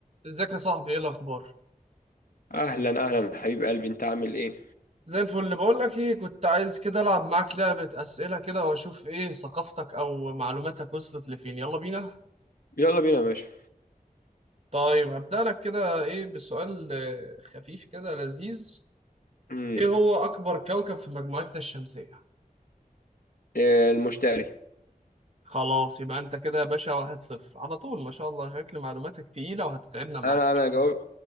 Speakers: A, on the right (about 45°); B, on the left (about 75°).
A: ازيك يا صاحبي ايه الاخبار
B: اهلا اهلا حبيب قلبي انت عامل ايه
A: زي الفل بقول لك ايه كنت عايز كده العب معاك لعبة اسئلة كده واشوف ايه ثقافتك او معلوماتك وصلت لفين يلا بينا
B: يلا بينا يا باشا
A: طيب هبدأ لك كده ايه بسؤال آه، خفيف كده لذيذ
B: امم
A: ايه هو اكبر كوكب في مجموعتنا الشمسية
B: إيه المشتري
A: خلاص يبقى انت كده يا باشا واحد صفر على طول ما شاء الله شكل معلوماتك تقيلة وهتتعبنا معاك
B: انا انا جاوب